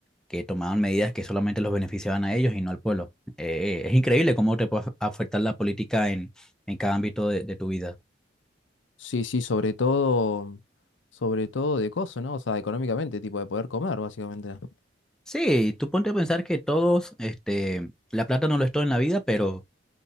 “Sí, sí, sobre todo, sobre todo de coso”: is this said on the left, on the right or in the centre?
Left